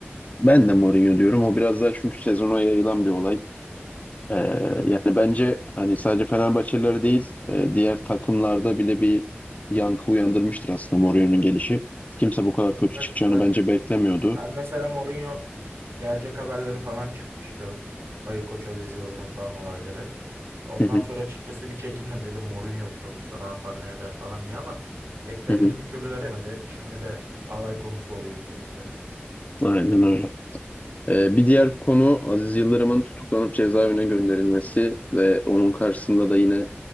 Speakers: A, on the left; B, on the right.
A: Ben de Mourinho diyorum. O biraz daha çünkü sezona yayılan bir olay. Ee,
B: Aynen.
A: yani bence hani sadece Fenerbahçeliler değil, e, diğer takımlarda bile bir yankı uyandırmıştır aslında Mourinho'nun gelişi. Kimse bu kadar kötü
B: Ben mesela,
A: çıkacağını bence beklemiyordu.
B: ben mesela Mourinho gelecek haberleri falan çıktı işte. Ayı Koç Aziz Yıldırım falan olayları. Ondan
A: Hı hı,
B: sonra açıkçası bir çekindim. Dedim Mourinho bu sonuçta ne yapar ne eder falan diye ama bekleneni
A: hı hı.
B: bir türlü veremedi. Şimdi de alay konusu oluyor ülkemizde.
A: Aynen öyle. Ee, bir diğer konu Aziz Yıldırım'ın tutuklanıp cezaevine gönderilmesi ve onun karşısında da yine